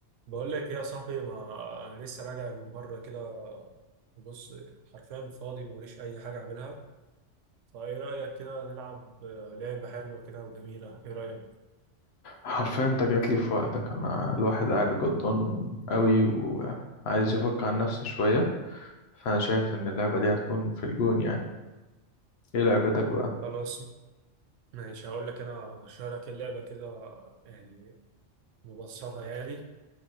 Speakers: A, on the right (about 85°); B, on the left (about 65°).
A: بقول لك إيه يا صاحبي ما انا لسه راجع من بره كده بص حرفيا فاضي موريش اي حاجه اعملها فايه رايك كده نلعب آه، لعبه حلوه كده وجميله ايه رايك
B: حرفيا انت جاتلي في وقتك انا الواحد قاعد جدان قوي وعايز يفك عن نفسه شوية فانا شايف ان اللعبة دي هتكون في الجون يعني ايه لعبتك بقى
A: خلاص ماشي هقول لك انا هشرح لك اللعبه كده آه، يعني مبسطه يعني